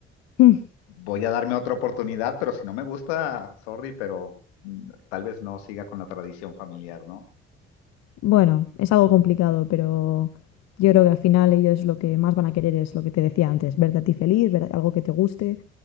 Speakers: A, on the left; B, on the left.
A: Mm.
B: voy a darme otra oportunidad, pero si no me gusta, sorry, pero mm, tal vez no siga con la tradición familiar, ¿no?
A: Bueno, es algo complicado, pero yo creo que al final ellos lo que más van a querer es lo que te decía antes, verte a ti feliz, ver algo que te guste.